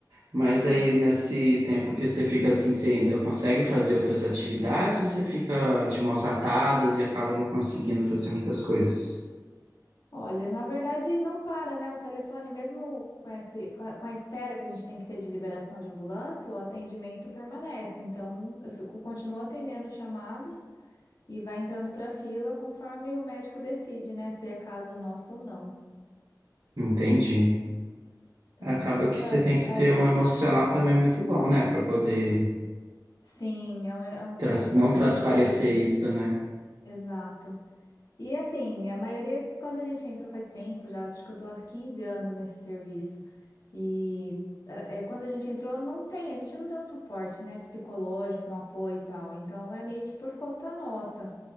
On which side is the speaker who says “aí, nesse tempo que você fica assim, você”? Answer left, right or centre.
Right